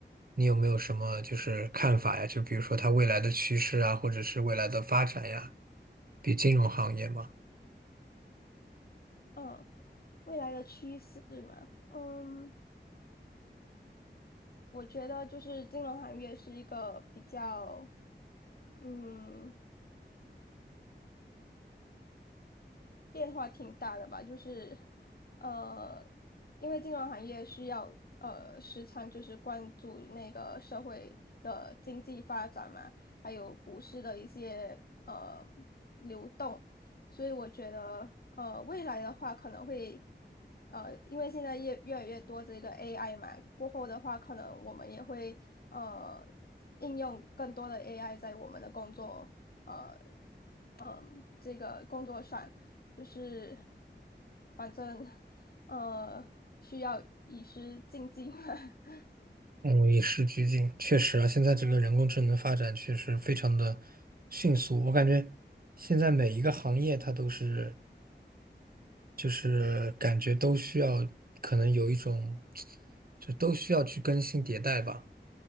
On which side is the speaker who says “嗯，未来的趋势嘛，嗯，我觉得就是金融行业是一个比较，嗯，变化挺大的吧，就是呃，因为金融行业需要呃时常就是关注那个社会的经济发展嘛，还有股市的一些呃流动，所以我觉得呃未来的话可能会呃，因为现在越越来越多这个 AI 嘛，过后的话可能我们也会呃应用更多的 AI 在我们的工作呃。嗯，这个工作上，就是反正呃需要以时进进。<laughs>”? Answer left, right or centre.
Left